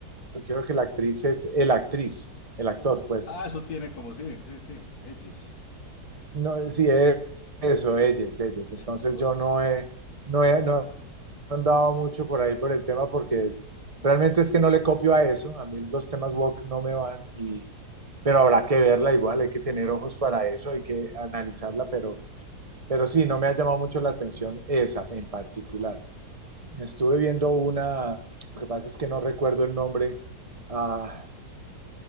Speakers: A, on the right; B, on the left.
A: y creo que la actriz es el actriz, el actor, pues.
B: ah, eso tiene como, sí, sí, sí, edges,
A: No, eh, sí, es eso, ellas, ellos. Entonces
B: esas cosas.
A: yo no he, no he, no he andado mucho por ahí por el tema porque realmente es que no le copio a eso. A mí los temas woke no me van y, pero habrá que verla igual, hay que tener ojos para eso, hay que analizarla, pero, pero sí, no me ha llamado mucho la atención esa en particular. Estuve viendo una, lo que pasa es que no recuerdo el nombre. Ah,